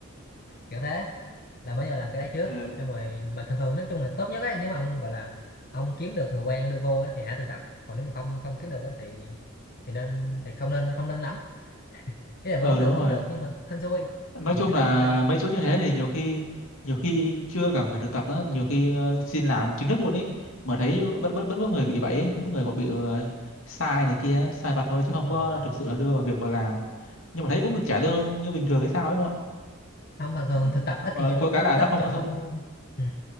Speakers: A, on the left; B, on the left.
A: kiểu thế là mới giờ làm cái đấy trước
B: Ừ.
A: xong rồi mà thường thường nói chung là tốt nhất ấy nếu mà ông gọi là ông kiếm được người quen đưa vô ấy, thì hãy thực tập còn nếu mà không không kiếm được ấy, thì thì nên thì không nên không nên lắm ý là vẫn
B: Ừ
A: được
B: đúng rồi.
A: vẫn được nhưng mà hên xui
B: nói
A: thì
B: chung
A: sẽ tùy
B: là
A: công ty
B: mấy chỗ như thế thì nhiều khi nhiều khi chưa cần phải thực tập nữa nhiều khi ờ, xin làm chính thức luôn ấy mà thấy
A: Ừ,
B: vẫn vẫn vẫn có người bị vậy ấy. vẫn có người gọi bị ờ, sai này kia sai vặt thôi chứ
A: đúng
B: không
A: rồi
B: có thực sự là đưa vào việc vào làm nhưng mà thấy cũng được trả lương như bình thường hay sao ấy không ạ
A: không thường thường
B: Ừ,
A: thực tập
B: nhưng
A: ít
B: mà
A: khi cho
B: có cái
A: ít
B: là
A: ít
B: nó không
A: chỗ
B: có sự
A: ừ.